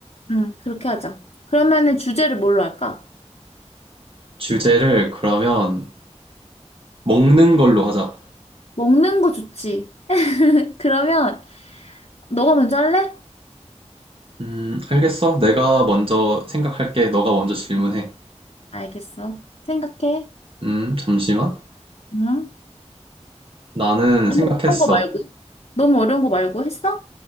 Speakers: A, on the left; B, on the right.
A: 응, 그렇게 하자. 그러면은 주제를 뭘로 할까?
B: 주제를 그러면 먹는 걸로 하자.
A: 먹는 거 좋지. <laughs> 그러면 너가 먼저 할래?
B: 음, 알겠어. 내가 먼저 생각할게. 너가 먼저 질문해.
A: 응. 알겠어. 생각해.
B: 음, 잠시만.
A: 응?
B: 나는
A: 너무
B: 생각했어.
A: 어려운 거 말고? 너무 어려운 거 말고 했어?